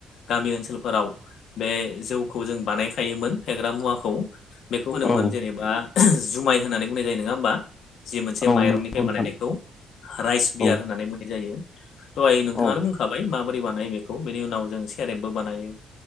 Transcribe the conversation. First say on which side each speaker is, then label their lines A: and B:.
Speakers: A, on the left; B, on the left.
A: गामि ओनसोलफोराव बे जौखौ जों बानायखायोमोन फेग्रा मुवाखौ बेखौ होनोमोन
B: औ
A: जेनेबा जुमाय होननानै बुंनाय जायो नङा होमबा? जि मोनसे
B: औ
A: माइरंनिफ्राय
B: नंगौ नोंथां
A: बानायनायखौ राइस बियार
B: औ
A: होननानै बुंनाय जायो। दहाय नोंथाङानो
B: औ
A: बुंखाबाय माबोरै बानायो बेखौ बेनि उनाव जों सेरेबबो बानायो।